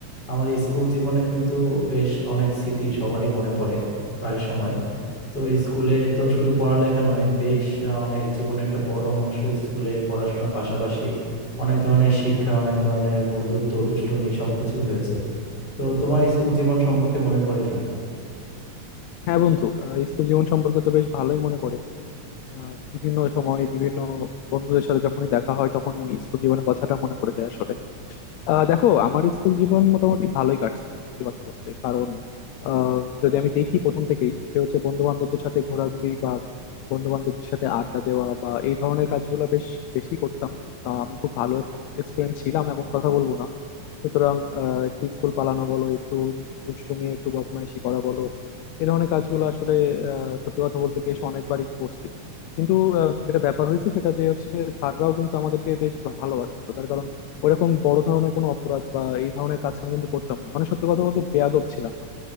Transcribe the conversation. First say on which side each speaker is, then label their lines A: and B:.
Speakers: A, on the left (about 35°); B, on the left (about 75°).
A: আমাদের স্কুল জীবনে কিন্তু বেশ অনেক স্মৃতি সবারই মনে পড়ে প্রায় সময় তো স্কুলে তো শুধু পড়ালেখা নয় বেশ অনেক জীবনে একটা বড় অংশ স্কুলে পড়াশোনার পাশাপাশি অনেক ধরনের শিক্ষা অনেক ধরনের বন্ধুত্ব দুষ্টুমি সবকিছু হয়েছে তো তোমার স্কুল জীবন সম্পর্কে মনে পড়ে কিনা
B: হ্যাঁ বন্ধু আহ, স্কুল জীবন সম্পর্কে তো বেশ ভালোই মনে পড়ে আহ, বিভিন্ন সময় বিভিন্ন বন্ধুদের সাথে যখনই দেখা হয় তখনই স্কুল জীবনের কথাটা মনে পড়ে যায় আসলে আহ দেখো আমার স্কুল জীবন মোটামুটি ভালোই কাটছে সত্যি কথা বলতে কারণ আহ, যদি আমি দেখি প্রথম থেকেই যে হচ্ছে বন্ধু বান্ধবদের সাথে ঘোরাঘুরি বা বন্ধু বান্ধবদের সাথে আড্ডা দেওয়া বা এই ধরনের কাজগুলো বেশ বেশি করতাম আহ, আমি খুব ভালো স্টুডেন্ট ছিলাম এমন কথা বলবো না সুতরাং আহ, একটু স্কুল পালানো বলো একটু দুষ্টুমি একটু বদমাইশি করা বলো এই ধরনের কাজগুলো আসলে আহ, সত্যি কথা বলতে বেশ অনেকবারই করছি কিন্তু আহ, যেটা ব্যাপার হয়েছে সেটা যে হচ্ছে স্যাররাও কিন্তু আমাদেরকে বেশ ভালোবাসতো তার কারণ ওরকম বড় ধরনের কোনো অপরাধ বা এই ধরনের কাজ আমি কিন্তু করতাম না মানে সত্যি কথা বলতে বেয়াদব ছিলাম না